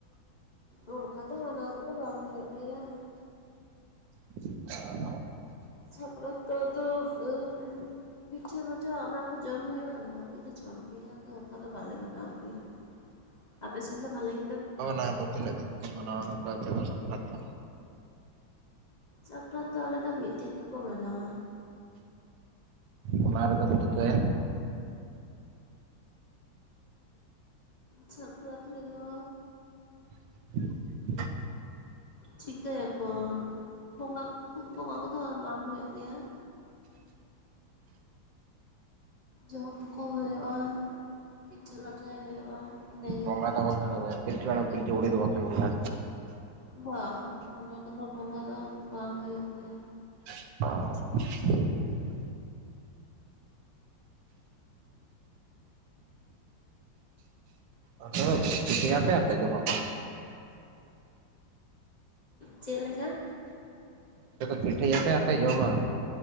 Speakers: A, on the left; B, on the right.
A: ᱚᱱᱠᱟ ᱫᱚ ᱢᱟᱱᱟᱣ ᱠᱚᱫᱚ ᱵᱟᱝ ᱦᱩᱭᱩᱜ ᱜᱮᱭᱟ᱾
B: <inaudible>
A: <unintelligible> ᱯᱤᱴᱷᱟᱹ ᱞᱟᱹᱴᱷᱟᱹ ᱚᱱᱟ ᱠᱚ ᱡᱚᱢ ᱦᱩᱭᱩᱜᱼᱟ, ᱚᱱᱟ ᱠᱚᱜᱮ ᱡᱚᱢ ᱦᱩᱭᱩᱜᱼᱟ᱾ ᱟᱫᱚ ᱚᱱᱠᱟ ᱫᱚ ᱵᱟᱞᱮ ᱢᱮᱱᱟᱣ ᱜᱮᱭᱟ ᱟᱯᱮ ᱥᱮᱱ ᱵᱷᱟᱞᱮ ᱜᱮ
B: ᱚᱱᱟ ᱫᱚ ᱛᱤᱱᱟᱹᱜ ᱫᱤᱱ ᱠᱚ ᱢᱟᱱᱟᱣᱼᱟ ᱚᱱᱛᱮ ᱫᱚ ᱥᱟᱠᱨᱟᱛ ᱫᱚ?
A: ᱥᱟᱠᱨᱟᱛ ᱫᱚ ᱟᱞᱮ ᱫᱚ ᱢᱤᱫ ᱫᱤᱱ ᱜᱮᱠᱚ ᱢᱟᱱᱟᱣᱟ᱾
B: ᱚᱱᱟ ᱨᱮᱫᱚ ᱠᱚ ᱪᱤᱠᱟᱹᱭᱟ?
A: ᱥᱟᱠᱨᱟᱛ ᱨᱮᱫᱚ
B: <inaudible>
A: ᱪᱤᱠᱟᱹᱭ ᱟᱠᱚ? ᱵᱚᱸᱜᱟ ᱵᱚᱸᱜᱟ ᱠᱚᱫᱚ ᱵᱟᱝ ᱦᱩᱭᱩᱜ ᱜᱮᱭᱟ᱾ ᱡᱚᱢ ᱠᱚ ᱦᱩᱭᱩᱜᱼᱟ᱾ ᱯᱤᱴᱷᱟᱹ ᱞᱟᱴᱷᱟᱭ ᱦᱩᱭᱩᱜᱼᱟ᱾ ᱤᱱᱟᱹᱜᱮ
B: ᱵᱚᱸᱜᱟ <unintelligible> ᱯᱤᱞᱪᱩ ᱦᱟᱲᱟᱢ ᱯᱤᱞᱪᱩ ᱵᱩᱰᱷᱤ ᱫᱚ ᱵᱟᱯᱮ ᱵᱚᱸᱜᱟ
A: ᱵᱟᱝ ᱚᱱᱟ ᱠᱚᱫᱚ ᱵᱚᱸᱜᱟ ᱫᱚ ᱵᱟᱝ ᱦᱩᱭᱩᱜ ᱜᱮᱭᱟ᱾
B: ᱚ᱾ ᱟᱯᱮ ᱫᱚ ᱯᱤᱴᱷᱟᱹᱭᱟᱯᱮ ᱟᱨ ᱯᱮ ᱡᱚᱢᱟ?
A: ᱪᱮᱫ ᱞᱮᱠᱟ?
B: ᱯᱤᱴᱷᱟᱹᱭᱟᱯᱮ ᱟᱨᱯᱮ ᱡᱚᱢᱟ᱾